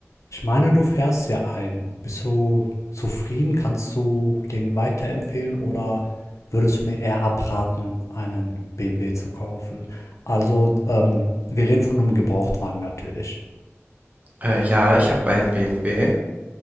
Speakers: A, on the left; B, on the right.
A: Ich meine, du fährst ja einen. Bist du zufrieden? Kannst du den weiterempfehlen oder würdest du mir eher abraten, einen BMW zu kaufen? Also, ähm, wir reden von einem Gebrauchtwagen natürlich.
B: Äh, ja, ich habe einen BMW.